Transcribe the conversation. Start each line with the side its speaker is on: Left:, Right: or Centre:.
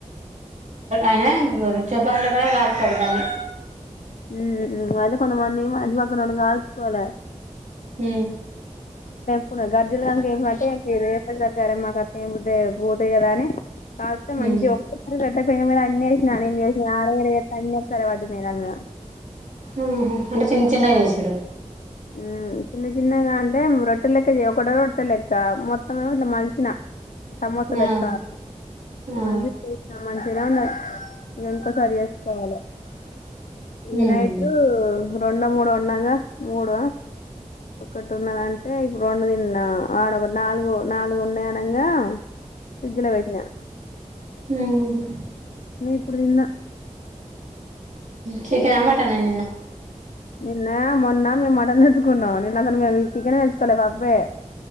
Right: ఐన చపాతిల కడ కల్తార్ దాన్ని
Left: ఉ ఇవాళ కొంత మంది మా ఇంటి పక్కనఒళ్లు ఆల్పి కాలుస్కొలె
Right: ఉ
Left: ఇప్పుడు గర్జీలుగాంకేం అంటే ఇరవై పోతాయి కదా అని కాళ్తే మంచిగ
Right: ఉమ్
Left: ఒకటె సారి రొట్టె పెంక మీద అన్ని ఏశిన నేన్ చెశిన ఆడ ఇడ ఏతె అన్ని ఒకసారి వడినయ్ నవ్య
Right: ఉహు అంటే చిన్న చిన్నవగ చేసిన్రు
Left: ఉ చిన్న చిన్నగా అంటే రొట్టె లెక్క చేయ్ ఒకటె రొట్టె లెక్క మొత్తం ఇట్ల మల్శిన సమోస లెక్క
Right: ఆహా ఆ
Left: మళ్ళి చెశిన మంచినె ఉన్నయ్ అది అంత సరి చేేసుకొలె ఇగ
Right: ఉమ్
Left: నైటు రెండ మూడు ఉండంగ మూడ ఒకటి ఉన్నదంటే ఇప్పుడు రెండు తిన్నా ఆడ ఒక నాలుగు నాలుగు ఉన్నయ్ అనంగ ఫ్రిడ్జ్ల పెట్న
Right: ఉహు
Left: నేన్ ఇప్పుడ్తిన్న
Right: చికెన్ ఆ మటన్ అ నిన్న
Left: నిన్న మొన్న మేమ్ మటన్ తెచ్చుకున్నం నిన్న అసల్ మేమ్ చికెన్ ఏ తెచ్చుకొలె పప్పే